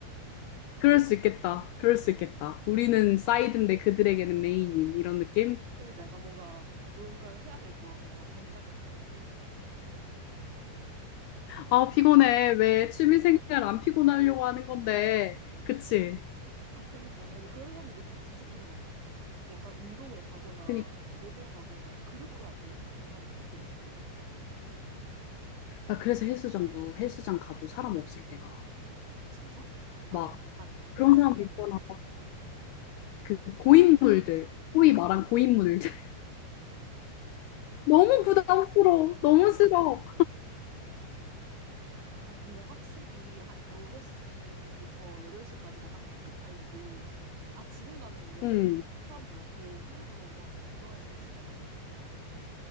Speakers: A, on the left; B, on the right.
A: 그럴 수 있겠다. 그럴 수 있겠다. 우리는 사이드인데 그들에게는 메인인 이런 느낌?
B: 그러니까 약간 뭔가 뭔가를 해야 될 것 같고 약간 반장 같은 느낌?
A: 아, 피곤해. 왜 취미생활 안 피곤하려고 하는 건데. 그치?
B: 아, 그니까. 근데 그런 사람들 있으면 진짜 피곤한데. 약간 운동을 가거나,
A: 그니까.
B: 어디를 가거나, 그룹으로 할 때 약간 그런 사람들 가끔 있으면.
A: 나 그래서 헬스장도 헬스장 가도 사람 없을 때가.
B: 아, 진짜? 아, 아
A: 막
B: 약간,
A: 그런
B: 한,
A: 사람들 있잖아. 막그 고인물들. 소위 말한 고인물들. <laughs> 너무
B: 아, 그,
A: 부담스러워. 너무 싫어.
B: 아, 근데 확실히 한 6시부터 8시까지가 딱 피크 타임이고, 아, 지금 가면 이제
A: 음.
B: 사람들 없고, 혼자서 막 운동할 수 있는 시간인데.